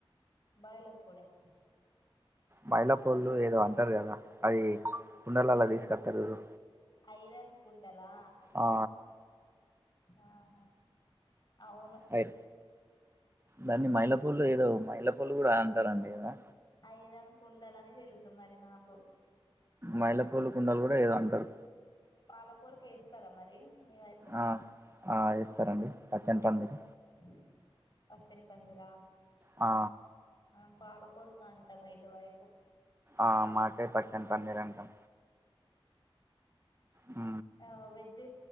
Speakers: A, on the left; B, on the right.
A: బాయిలర్ పొడా
B: మైలాపోళ్ళు ఏదో అంటారు కదా అది కుండలలా తీస్కత్తారు చూడు
A: ఐరన్ కుండలా
B: ఆ
A: ఆహా అవును
B: అయి దాన్ని మైలపొల్లు ఏదో మైలపొల్లు కూడా అంటారండి ఇడా
A: ఐరన్ కుండల అని తెలుసు మరి నాకు
B: మైలపొల్లు కుండలు కూడా ఏదో అంటారు
A: పాలపోరక ఎస్తారా మరి మీ వైపు
B: ఆ ఆ ఎస్తారండి పచ్చని పందిరి
A: హ్మ్ పచ్చని పందిరా
B: ఆ
A: మనం పాలపొరుకా అంటాం ఇటు వైపు
B: ఆ మాకే పచ్చని పందిరి అంటాం ఉ
A: ఆ వెజ్